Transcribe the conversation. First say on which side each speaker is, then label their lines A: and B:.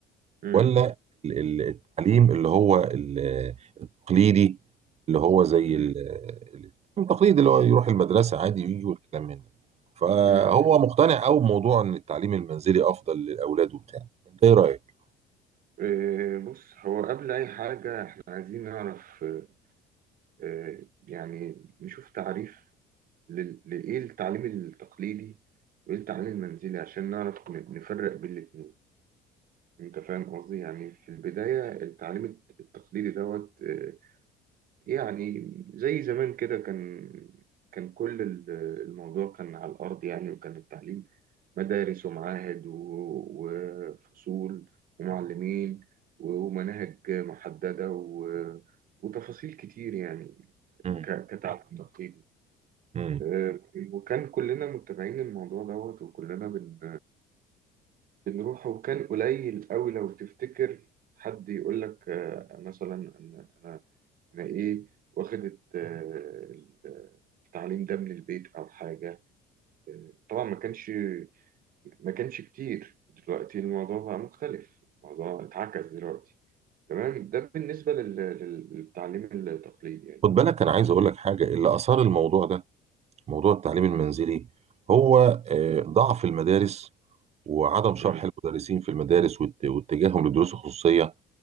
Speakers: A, on the right; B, on the right.
A: امم
B: ولا ال- ال- التعليم اللي هو ال- التقليدي اللي هو زي
A: امم
B: ال- ال- التقليد اللي هو يروح المدرسة عادي ويجي والكلام من ده فهو
A: امم
B: مقتنع قوي بموضوع ان التعليم المنزلي افضل للاولاد وبتاع انت ايه رايك
A: آه، بص هو قبل اي حاجه احنا عايزين نعرف آه، آه، يعني نشوف تعريف لل- لايه التعليم التقليدي وايه التعليم المنزلي عشان نعرف ن- نفرق بين الاثنين انت فاهم قصدي يعني في البدايه التعليم التقليدي دوت آه، يعني زي زمان كده كان كان كل ال- الموضوع كان على الأرض يعني وكان التعليم مدارس ومعاهد و- وفصول ومعلمين و- ومناهج محددة و- وتفاصيل كتير يعني
B: امم
A: ك- كتعليم تقليدي
B: امم
A: آه، وكان كلنا متابعين الموضوع دوت وكلنا بن- بنروح وكان قليل قوي لو تفتكر حد يقول لك آه، مثلا أنا أنا انا ايه واخدت آه، ال- التعليم ده من البيت او حاجه آه، طبعا ما كانش ما كانش كتير دلوقتي الموضوع بقى مختلف الموضوع اتعكس دلوقتي تمام ده بالنسبه لل- لل- للتعليم التقليدي يعني
B: خد بالك انا عايز اقول لك حاجه اللي اثار الموضوع ده موضوع التعليم المنزلي
A: مم.
B: هو آه، ضعف المدارس وعدم شرح
A: مم.
B: المدرسين في المدارس وات- واتجاههم للدروس الخصوصيه